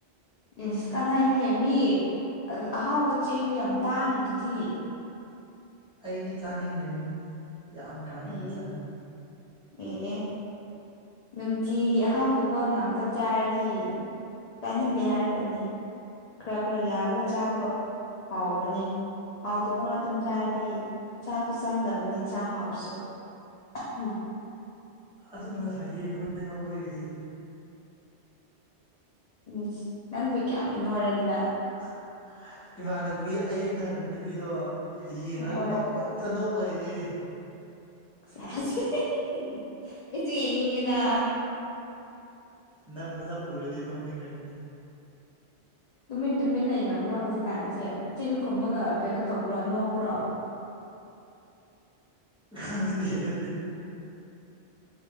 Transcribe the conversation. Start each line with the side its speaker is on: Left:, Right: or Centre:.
Left: ꯏꯁ ꯀꯥꯟꯅꯩꯍꯦ ꯃꯤ <unintelligible> ꯑꯍꯥꯎꯕ ꯆꯦꯡꯗꯨ ꯌꯥꯝ ꯇꯥꯡꯉꯤ ꯑꯗꯨꯗꯤ
Centre: ꯑꯩꯗꯤ ꯆꯥꯅꯤꯡꯗꯦꯉꯣ ꯌꯥꯝ ꯀꯥ ꯍꯦꯟꯅ
Left: ꯑꯦ
Centre: ꯆꯥꯅꯤꯡꯗꯦ
Left: ꯑꯦ ꯑꯦ ꯅꯨꯡꯇꯤꯒꯤ ꯑꯍꯥꯎꯗꯕ ꯉꯥꯛꯇ ꯆꯥꯔꯗꯤ ꯇꯥꯅꯤꯡꯗꯦ ꯍꯥꯏꯔꯛꯀꯅꯤ ꯈꯔ ꯈꯔ ꯌꯥꯜꯂꯒ ꯆꯥꯕ ꯍꯥꯎꯕꯅꯦ ꯍꯥꯎꯗꯕ ꯉꯥꯇꯝ ꯆꯥꯔꯗꯤ ꯆꯥꯛꯁꯨ ꯆꯪꯗꯕꯅꯤ ꯆꯥꯛ ꯍꯥꯎꯔꯁꯨ <unintelligible>
Centre: ꯑꯗꯨꯅ ꯐꯩꯌꯦ ꯅꯣꯏꯕ ꯑꯩꯈꯣꯏꯒꯤꯗꯤ
Left: ꯏꯁ ꯅꯪꯕꯨ ꯀꯌꯥꯝ ꯅꯣꯏꯔꯗꯅ
Centre: <unintelligible> ꯏꯃꯥꯟꯅꯕꯤ ꯑꯩ ꯌꯨꯝ ꯊꯪꯅꯕ ꯅꯨꯄꯤꯗꯣ ꯌꯦꯡꯒ
Left: ꯍꯣꯏ
Centre: ꯄꯪꯅꯣꯛ ꯇ ꯅꯣꯡ ꯂꯩꯌꯦ
Left: ꯁꯦꯁ <unintelligible> ꯑꯩꯁꯨ ꯌꯦꯡꯅꯤꯡꯉꯦꯗ
Centre: ꯅꯪ ꯃꯁꯛ ꯎꯔꯗꯤ ꯅꯣꯛꯅꯤꯡꯂꯛꯀꯅꯤ
Left: ꯇꯨꯃꯤꯟ ꯇꯨꯃꯤꯟ ꯂꯩꯅꯕ꯭ꯔꯣ ꯍꯧꯖꯤꯛꯀꯥꯟꯁꯦ ꯆꯤꯟ ꯈꯨꯝꯃꯒ ꯀꯩꯅꯣ ꯇꯧꯕ꯭ꯔꯥ ꯅꯣꯛꯄ꯭ꯔꯣ
Centre: ꯈꯥꯗꯦꯗꯨꯗꯤ